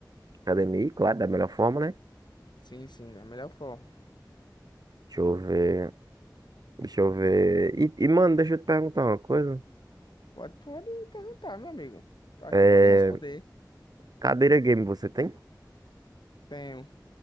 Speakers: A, on the right; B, on the left.
A: HDMI, claro, da melhor forma, né?
B: Sim, sim, da melhor forma.
A: Deixa eu ver. Deixa eu ver. E, e, mano, deixa eu te perguntar uma coisa.
B: Pode, pode perguntar, meu amigo. Tô aqui
A: É,
B: pra lhe responder.
A: cadeira game você tem?
B: Tenho.